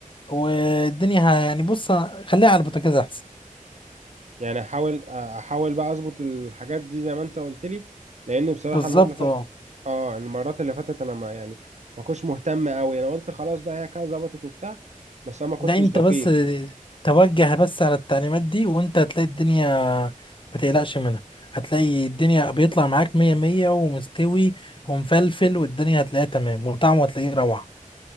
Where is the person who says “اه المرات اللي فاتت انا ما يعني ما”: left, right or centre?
Right